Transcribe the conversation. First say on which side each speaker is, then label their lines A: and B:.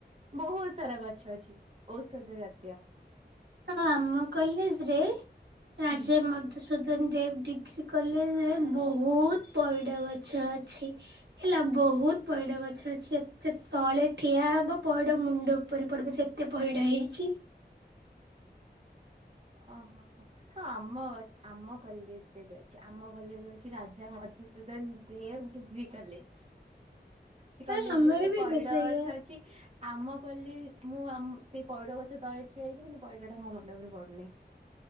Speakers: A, on the right; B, on the right.
A: ବୋହୁତ ସାରା ଗଛ ଅଛି ଔଷଧ ଜାତୀୟ।
B: ହଁ ଆମ କଲେଜ ରେ ରାଜେ
A: ହୁଁ।
B: ମ ମଧୂ ସୂଦନ ଦେବ ଡିଗ୍ରୀ କଲେଜରେ ବହୁତ ପଇଡ଼ ଗଛ ଅଛି। ହେଲା ବୋହୁତ ପଇଡ଼ ଗଛ ଅଛି ଏତେ ତଳେ ଠିଆ ହବ ପଇଡ଼ ମୁଣ୍ଡ ଉ ଉପରେ ପଡିବ ସେତେ ପଇଡ଼ ହେଇଚି।
A: ଓହୋ ହୋ ହୋ ହଁ ଆମ ଗ ଆମ କଲେଜ ରେ ବି ଅଛି ଆମ କଲେଜ ହୋଉଚି Raja Madhusudan Dev degree college. ସେ କଲେଜ
B: ହଁ ଆମର
A: ରେ ହେଲେ ପଇଡ
B: ବି ତ ସେଇଆ
A: ଗଛ ଅଛି। ଆମ କଲେ ମୁଁ ଆମ୍ ସେଇ ପଇଡ ଗଛ ତଳେ ଛିଡ଼ା ହେଇଚି କିନ୍ତୁ ପଇଡା ଟା ମୋ ମଣ୍ଡପରେ ପଡୁନି।